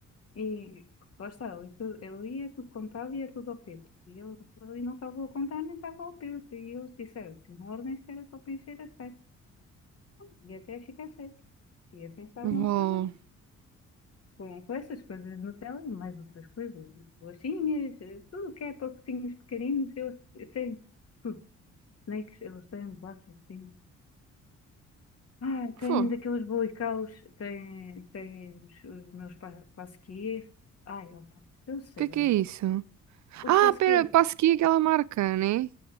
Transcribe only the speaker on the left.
e lá está, ele, tu- ele ia tudo contado e ia tudo ao peso. E eu ali não estava a contar nem estava ao peso. E eles disseram: tinham órgãos que era só para encher a festa, e até ficar feito. E assim estavam
a fazer. Com, com essas coisas no Nutella e mais outras coisas, bolachinhas, eh, tudo o que é pacotinhos pequeninos, eles têm tudo. Snakes, eles têm bolachas, têm. Ah,
têm
daqueles bolicaus, têm, têm os, os meus pa- pasquiers. Ai, opa, eu sei
lá,
eu,
o
pasquier